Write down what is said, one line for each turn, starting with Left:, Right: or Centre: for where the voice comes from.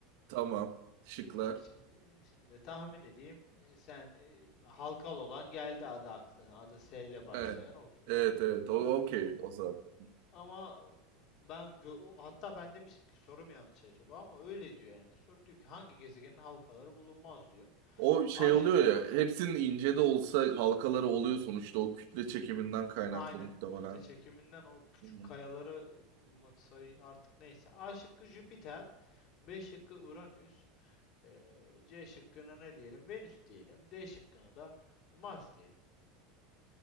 Right: tamam. Şıklar.
Left: Şimdi şimdi tahmin edeyim. Ee, Sen e, halkalı olan geldi adı aklına. Adı S ile başlayan.
Right: Evet.
Left: Okey,
Right: Evet
Left: okey,
Right: evet.
Left: okey.
Right: O
Left: Ama
Right: okey o zaten.
Left: Ama ben gö- hatta ben demiştim ki soru mu yanlış acaba ama öyle diyor yani. Soru diyor ki hangi gezegenin halkaları bulunmaz diyor.
Right: O şey
Left: A
Right: oluyor
Left: şıkkına
Right: ya. Hepsinin ince de olsa halkaları oluyor sonuçta. O kütle çekiminden kaynaklı
Left: aynen
Right: muhtemelen.
Left: kütle çekiminden o küçük
Right: Hı hı.
Left: kayaları mı say artık neyse. A şıkkı Jüpiter, B şıkkı Uranüs, eee, C şıkkına ne diyelim? Venüs diyelim. D şıkkına da Mars diyelim.